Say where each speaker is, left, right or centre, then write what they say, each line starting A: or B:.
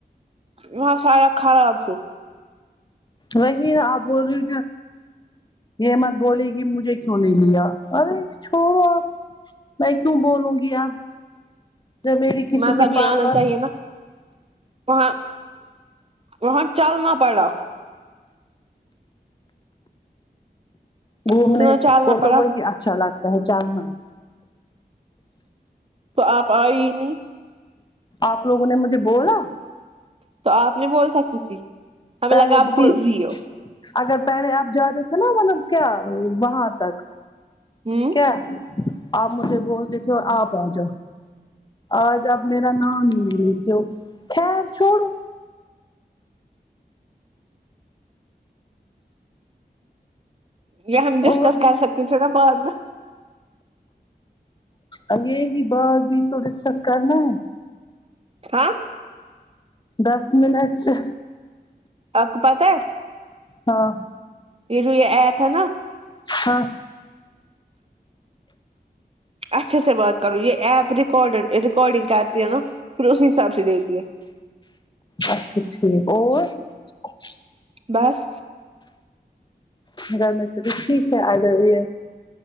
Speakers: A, on the right (about 35°); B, on the left (about 25°).
A: وہاں سارا خراب ہے
B: وہی آپ بول رہی یہ مت بولئے کہ مجھے کیوں نہیں لیا ارے چھوڑو آپ میں کیوں بولوں گی آ جب میری کسی
A: مزہ
B: کی
A: بھی
B: پاروا
A: آنا چاہیے نا وہاں وہاں چلنا پڑا
B: گھومنے
A: اتنا چلنا
B: کو
A: پڑا
B: تو وہی اچھا لگتا ہے چارنا
A: تو آپ آئے ہی نہیں
B: آپ لوگوں نے مجھے بولا
A: تو آپ نے بول سکتی تھی ہمیں
B: پہلے
A: لگا آپ
B: بول
A: بزی ہو
B: اگر پہلے آپ جاتے تھے نا مطلب کیا وہاں تک
A: ہ
B: کیا آپ مجھے وہ دیکھو آپ آ جاؤ آج اپ میرا نام نہیں لیتے ہو خیر چھوڑو
A: یہ ہم ڈسکس
B: اور
A: کر سکتے تھے نا بعد میں
B: اب یہی بات بھی تو ڈسکس کرنا ہے
A: ہاں
B: دس منٹ سے
A: آپ کو پتہ ہے
B: ہاں
A: یہ جو یہ ایپ ہے نا
B: ہاں
A: اچھے سے بات کروں یہ ایپ رار ریکارڈنگ کرتی ہے نا پھر اسی حساب سے دیتی ہے
B: اچھا ٹھیک اور <inaudible>
A: بس
B: گھر میں سب ہی ٹھیک ہے اچھا جی